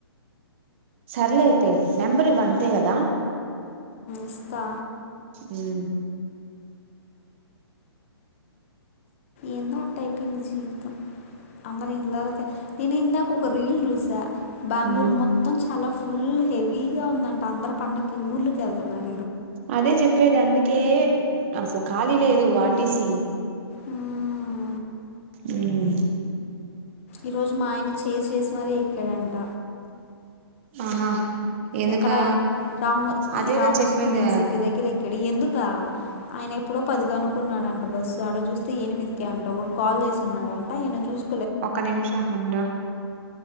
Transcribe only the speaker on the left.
ఇస్తా
ఏందో అట్టా అయిపొయింది జీవితం అందరు ఇండ్లకు నేను ఇందాక ఒక్క రీల్ చూసా బెంగళూరు
మొత్తం చాలా ఫే ఫుల్ హెవీగా ఉందంట అందరు పండకి ఊర్లుకెళ్తున్నారు
ఉమ్
ఈ రోజు మా ఆయన చెస్ చేసి మరి ఎక్కడంట
ఎక్కడ రామో
ఈ రామోజీ
ఫిలిం సిటీ దగ్గరేకడు ఎందుకా అయనెప్పుడో పదిగనుకున్నడాంట బస్సు ఆడ చూస్తే ఎనిమిదికె అంట ఒడు కాల్ చేస్తున్నాడంట ఇన చుస్